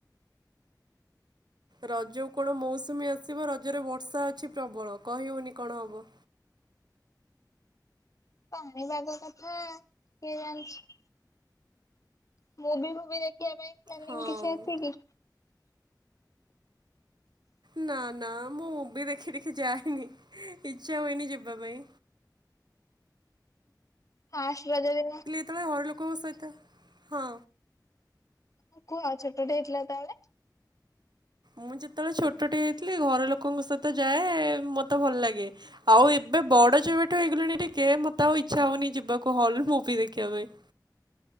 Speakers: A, on the right (about 70°); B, on the left (about 45°).
A: ରଜ କୁ କଣ ମୌସୁମୀ ଆସିବ ରଜରେ ବର୍ଷା ଅଛି ପ୍ରବଳ କହିହଉନି କଣ ହବ?
B: ପାଣିପାଗ କଥା କିଏ ଜାଣିଛି? ମୁଭି ଭୁଭି ଦେଖିବା ପାଇଁ ପ୍ଲାନିଙ୍ଗ
A: ହଁ
B: କିଛି ଅଛି କି?
A: ନା ନା ମୁଁ ମୁବି ଦେଖି ଦେଖି ଯାଏନି ଇଚ୍ଛା ହୁଏନି ଯିବା ପାଇଁ।
B: ଫାଷ୍ଟ ରଜ ଦିନ
A: କେତେବେଳେ ଘର ଲୋକଙ୍କ ସହିତ ହଁ।
B: କୁହ ଛୋଟଟେ ହେଇଥିଲା ତାହେଲେ।
A: ମୁଁ ଯେତେବେଳେ ଛୋଟଟେ ହେଇଥିଲି ଘର ଲୋକଙ୍କ ସହିତ ଯାଏ ମୋତେ ଭଲ ଲାଗେ ଆଉ ଏବେ ବଡ ଯେବେଠୁ ହେଇଗଲେଣି ଟିକେ ମତେ ଆଉ ଇଚ୍ଛା ହଉନି ଯିବାକୁ ହଲ ମୁଭି ଦେଖିବା ପାଇଁ।